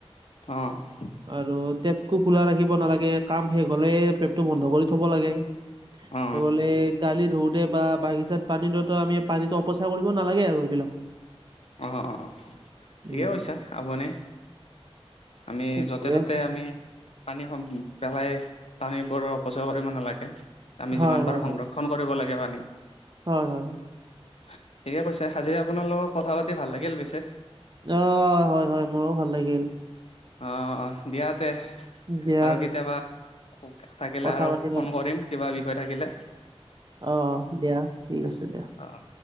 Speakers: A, on the left; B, on the right.
A: অঁহ'
B: আৰু টেপটো খোলা ৰাখিব নালাগে, কাম শেষ হলে টেপটো বন্ধ কৰি থব লাগে। নহলে
A: অ
B: গালি ধৌৱত- তে বা বাগিচাত পানী দিওতে আমি পানীতো অপচয় কৰিব নালাগে আৰু এইবিলাক।
A: অ‍ঁ অঁ' ঠিকে
B: উম
A: কৈছা আপুনি। আমি
B: ঠিকে
A: য'তে ত'তে
B: আছে
A: আমি- পানী সম পেলাই পানী বোৰ অপচয় কৰিব নালাগে আমি
B: হয়
A: যিমান
B: হয়
A: পাৰো সংৰক্ষ-
B: হয়
A: ক্ষন কৰিব লাগে পানী।
B: হয় হয়।
A: ঠিকে কৈছে। আজি আপোনাৰ লগত কথা পাতি ভাল লাগিল পিছে।
B: অঁ হয় হয়, মোৰো ভাল লাগিল।
A: অঁহ অঁহ দিয়াতে
B: দিয়া
A: আৰু কেতিয়াবা- থাকিলে
B: কথা
A: আৰু
B: পাতিম
A: ফোন কৰিম কিবা বিষয় থাকিলে।
B: অঁ অঁ দিয়া ঠিক আছে দিয়া।
A: অঁ'